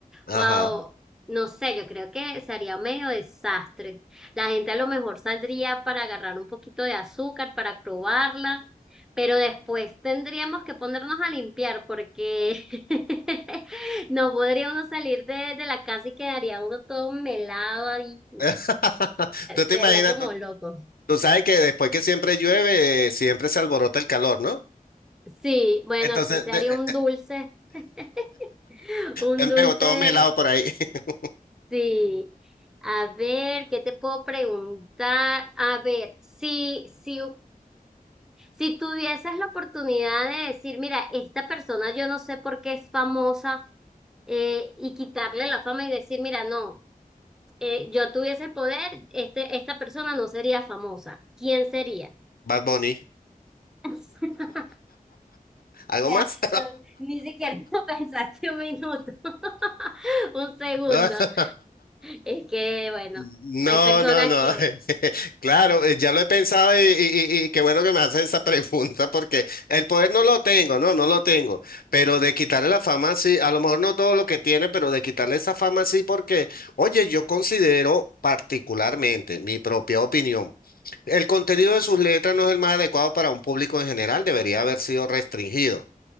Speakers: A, on the left; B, in the centre.
A: Ajá.
B: Wow, no sé, yo creo que sería medio desastre. La gente a lo mejor saldría para agarrar un poquito de azúcar, para probarla, pero después tendríamos que ponernos a limpiar porque <laughs> no podría uno salir de, de la casa y quedaría uno todo melado y
A: <laughs> Tú te
B: sería
A: imaginas,
B: como
A: tú,
B: loco.
A: tú sabes que después que siempre llueve, siempre se alborota el calor, ¿no?
B: Sí, bueno,
A: Entonces,
B: aquí se
A: de-
B: haría
A: eh,
B: un dulce, <laughs> un
A: eh, me
B: dulce
A: pegó todo mi helado por ahí. <laughs>
B: Sí. A ver, ¿qué te puedo preguntar? A ver, si, si, si tuvieses la oportunidad de decir, mira, esta persona yo no sé por qué es famosa, eh, y quitarle la fama y decir, mira, no, eh, yo tuviese el poder, este, esta persona no sería famosa. ¿Quién sería?
A: Bad Bunny.
B: <laughs>
A: ¿Algo
B: O sea,
A: más?
B: tú ni siquiera <laughs> lo pensaste un minuto, <laughs> un segundo.
A: <laughs>
B: Es que, bueno,
A: No,
B: hay personas
A: no, no.
B: que,
A: <laughs> Claro, eh, ya lo he pensado y, y- y- y qué bueno que me haces esa <laughs> pregunta porque el poder no lo tengo, no, no lo tengo. Pero de quitarle la fama, sí, a lo mejor no todo lo que tiene, pero de quitarle esa fama, sí, porque, oye, yo considero particularmente mi propia opinión. El contenido de sus letras no es el más adecuado para un público en general, debería haber sido restringido